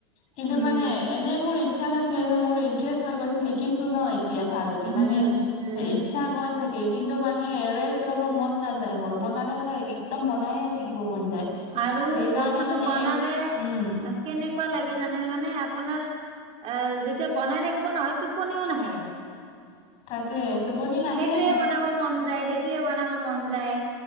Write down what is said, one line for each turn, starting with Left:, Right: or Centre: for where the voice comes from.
Left: কিন্তু
Right: উম
Left: মানে এনেই মোৰ ইচ্ছা নাছিল, মোৰ ইণ্টাৰেষ্ট হৈ গৈছে শিকিছো নহ এতিয়া ভালকে
Right: উম
Left: মানে
Right: উম
Left: ইচ্ছা গয় থাকে কিন্তু মানে ৰেষ্ট লব মন নাযায় মোৰ বনালে মানে একদম বনায়ে থাকিব মন যায়।
Right: আৰু
Left: সেইকাৰণে
Right: বস্তুটো
Left: মানে
Right: বনালে
Left: এক উম
Right: কেনেকুৱা লাগে জানে মানে আপোনাৰ আহ যেতিয়া বনাই থাকিব নহয় টোপনিও নাহে।
Left: তাকে টোপনি নাহে
Right: সেইটোয়ে বনাব মন যায়, সেইটোয়ে বনাব মন যায়।